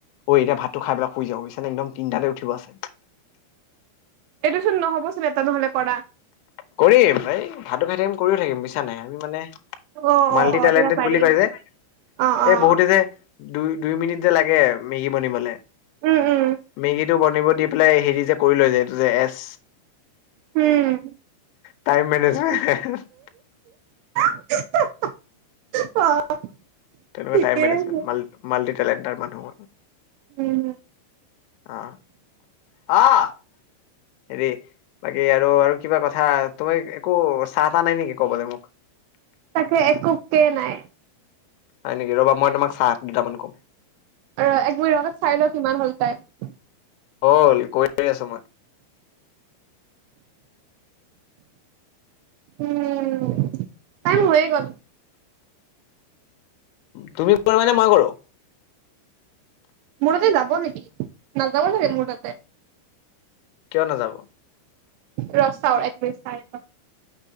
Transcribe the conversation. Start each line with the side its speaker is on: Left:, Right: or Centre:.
Left: অই, এতিয়া ভাতটো খাই পেলাই শুই যাওঁ বুইছানে একদম তিনিটাতে উঠিব আছে।
Right: একোচোন নহ'বচোন এটা নহ'লে কৰা।
Left: কৰিম ভাই, ভাতো খাই থাকিম কৰিও থাকিম বুইছা নে আমি মানে
Right: অ
Left: মাল্টি
Right: অ অ
Left: টেলেণ্টেড
Right: তেতিয়া পাৰি
Left: বুলি কয় যে,
Right: অ অ
Left: এই বহুতে যে দুই, দুই মিনিট যে, লাগে মেগী বনিবলে
Right: উম উম
Left: মেগীটো বনিব দি পেলাই হেৰি যে, কৰি লৈ যায় এইটো যে, এছ
Right: উম,
Left: টাইম মেনেজ <unintelligible>
Right: <unintelligible>
Left: তেনেকোৱা
Right: ঠিকেই
Left: টাইম মেনেজমেণ্ট,
Right: আছে
Left: মালটিটেলেণ্টাৰ মানুহ মই।
Right: উম,
Left: অ <unintelligible> হেৰি, বাকী আৰু-আৰু কিবা কথা তুমি, একো চাহ তাহ নাই নেকি ক'বলে মোক?
Right: তাকে একোকে নাই।
Left: হয় নেকি, ৰ'বা মই তোমাক চাহ দুটামান কম।
Right: এ-ৰ এক মিনিট ৰ' চাই লওঁ কিমান হ'ল টাইম।
Left: হ'ল কৈ আছোঁ মই
Right: উম, টাইম হৈয়ে গ'ল।
Left: তুমি <unintelligible> মই কৰোঁ।
Right: মোৰ তাতে যাব নেকি, নাযাব চাগে মোৰ তাতে?
Left: কিয় নাযাব?
Right: ৰ' চাওঁ এক মিনিট চাই লওঁ।